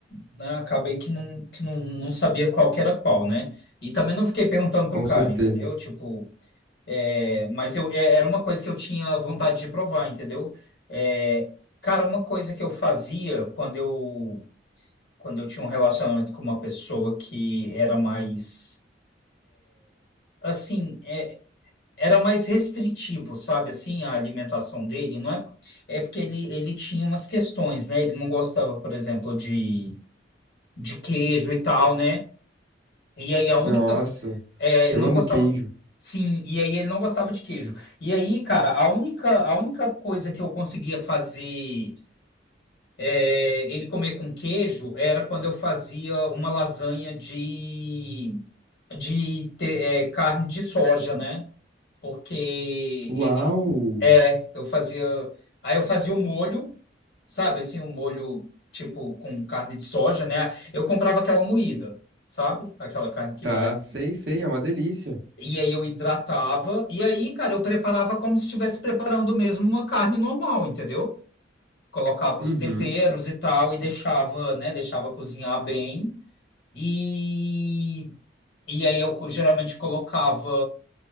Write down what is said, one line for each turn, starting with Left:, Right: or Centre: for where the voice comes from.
Left: né, acabei que não, que não, não sabia qual que era qual, né? E também não fiquei perguntando
Right: Com
Left: pro cara,
Right: certeza.
Left: entendeu? Tipo, é, mas eu, é- era uma coisa que eu tinha vontade de provar, entendeu? É, cara, uma coisa que eu fazia quando eu, quando eu tinha um relacionamento com uma pessoa que era mais, assim, é, era mais restritivo, sabe, assim, a alimentação dele, não é? É porque ele, ele tinha umas questões, né? Ele não gostava, por exemplo, de, de queijo e tal, né? E aí a única,
Right: Nossa,
Left: é,
Right: eu
Left: ele não
Right: amo
Left: gostava,
Right: queijo.
Left: sim, e aí ele não gostava de queijo. E aí, cara, a única, a única coisa que eu conseguia fazer é, ele comer com queijo era quando eu fazia uma lasanha de de ter, é, carne de soja, né? porque ele
Right: Uau!
Left: é, eu fazia, aí eu fazia o molho, sabe, assim, um molho tipo com carne de soja, né? Eu comprava aquela moída, sabe? Aquela carne que
Right: Tá,
Left: parece.
Right: sei, sei, é uma delícia.
Left: E aí eu hidratava e aí, cara, eu preparava como se estivesse preparando mesmo uma carne normal, entendeu? Colocava
Right: Uhum.
Left: os temperos e tal e deixava, né, deixava cozinhar bem. E e aí eu co- geralmente colocava